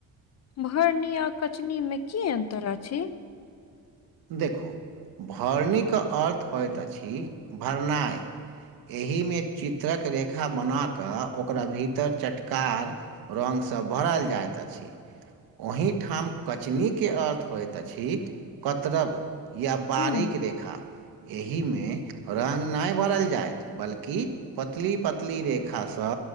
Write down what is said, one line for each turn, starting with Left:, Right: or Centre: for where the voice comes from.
Left: भरनीया कचनी मे की अन्तर अछि
Right: देखू भरनीके अर्थ होइत अछि भरनाइ एहिमे चित्रक रेखा बना कऽ ओकरा भीतर चटकार रगसँ भरल जाइत अछि ओहिठाम कचनीके अर्थ होइत अछि कतरब या बारीक
Left: हँ
Right: रेखा एहिमे रंग नहि भरल जायइत बल्कि पतली पतली रेखासँ